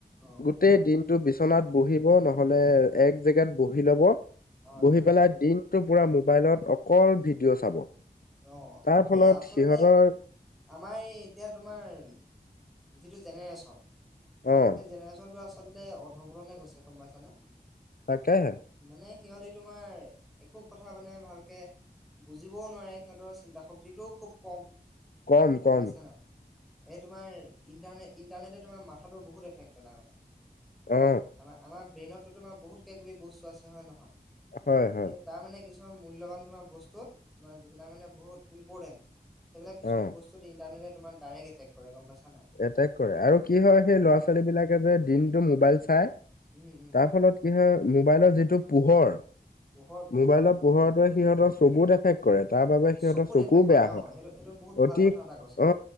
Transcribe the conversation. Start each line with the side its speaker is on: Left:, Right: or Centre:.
Centre: অ
Left: গোটেই দিনটো বিচনাত বহিব, নহ'লে এক জেগাত বহি ল'ব
Centre: হয়
Left: বহি
Centre: হয়
Left: পেলাই দিনটোৰ পুৰা মোবাইলত অকল ভিডিঅ' চাব।
Centre: অ,
Left: তাৰ ফলত
Centre: এ, আচলতে
Left: সিহঁতৰ
Centre: আমাৰ এই এতিয়া তোমাৰ যিটো জেনেৰেশ্যন,
Left: অ'
Centre: সেই জেনেৰেশ্যনটো আচল তে অৰ্ধপতণে গৈছে, গম পাইছানে!
Left: তাকে হে।
Centre: মানে সিহঁতে তোমাৰ, একো কথা মানে ভালকে বুজিবও নোৱাৰে। সিহঁতৰ চিন্তা শক্তিটোও খুব কম,
Left: কম
Centre: গম
Left: কম
Centre: পাইছা নাই! এই তোমাৰ ইণ্টাৰনেট-ইণ্টাৰনেটে তোমাৰ মাথাটো বহুত এফেক্ট পেলাই মানে।
Left: অ।
Centre: আমাৰ-আমাৰ ব্ৰেইনতো তোমাৰ বহুত কিবা-কিবি বস্তু আছে হয় নহয়!
Left: হয়, হয়।
Centre: এই তাৰ মানে কিছুমান মূল্যৱান তোমাৰ বস্তুত, তোমাৰ যিবিলাক মানে বহুত ইম্পৰ্টেণ্ট সেইবিলাক কিছুমান
Left: অ'।
Centre: বস্তুত ইণ্টাৰটে তোমাৰ ডাইৰেকট এটেক কৰে, গম পাইছা নাই!
Left: এটেক কৰে, আৰু কি হয়,
Centre: সেইকাৰণে।
Left: সেই ল'ৰা-ছোৱালী বিলাকে যে দিনটো মোবাইল চাই,
Centre: উম উম
Left: তাৰ ফলত কি হয়, মোবাইলৰ যিটো পোহৰ,
Centre: পোহৰ পোহৰ
Left: মোবাইলৰ
Centre: অ
Left: পোহৰতে সিহঁতৰ চকু দেখ কৰে, তাৰ বাবে সিহঁতৰ
Centre: চকুত
Left: চকু
Centre: এফেক্ট কৰে
Left: বেয়া
Centre: অ
Left: হয়,
Centre: সেইটো সেইটো বহুত ভাল
Left: অতি
Centre: কথা এটা কৈছা
Left: অ,